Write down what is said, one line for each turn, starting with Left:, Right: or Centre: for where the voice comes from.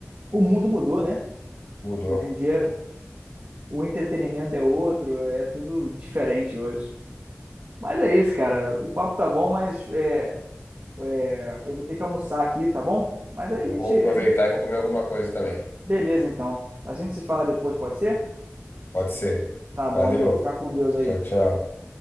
Right: o mundo mudou, né?
Left: Mudou.
Right: Hoje em dia, o entretenimento é outro, é tudo diferente hoje. Mas é isso, cara. O papo tá bom, mas é, é, eu vou ter que almoçar aqui, tá bom? Mas aí
Left: Eu
Right: a gente,
Left: vou aproveitar
Right: a gente,
Left: e vou comer alguma coisa também.
Right: beleza então. A gente se fala depois, pode ser?
Left: Pode ser.
Right: Tá
Left: Valeu.
Right: bom, meu amigo. Fica com Deus aí.
Left: Tchau, tchau.